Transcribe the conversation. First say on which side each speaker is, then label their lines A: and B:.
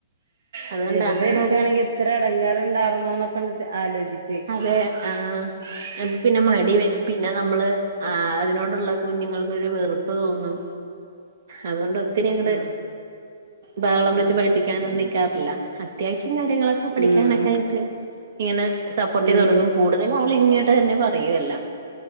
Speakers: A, on the right; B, on the right.
A: അതുകൊണ്ട്
B: വെറുതെരിക്കാണെങ്കിലെത്ര
A: അങ്ങനെ ഒരു
B: ഇടങ്ങേറണ്ടായിരുന്നൂന്നൊക്കെ ആലോചി
A: അതെ ആഹ് എന്ന് പിന്നെ മടി വരും പിന്നെ നമ്മള് ആ അതിനോടുള്ള കുഞ്ഞുങ്ങൾക്കൊരു വെറുപ്പ് തോന്നും അതുകൊണ്ട് ഒത്തിരിയങ്ങട്
B: ഉം
A: ബഹളം
B: ഉം
A: വെച്ച് പഠിപ്പിക്കാനൊന്നും നിക്കാറില്ല അത്യാവശ്യം കാര്യങ്ങളൊക്കെ പഠിക്കാനൊക്കെയായിട്ട്
B: ഉം
A: ഇങ്ങനെ സപ്പോർട്ട് ചെയ്ത്
B: ഉം
A: കൊടുക്കും കൂടുതൽ അവള് ഇങ്ങോട്ട് തന്നെ പറയുവെല്ലാം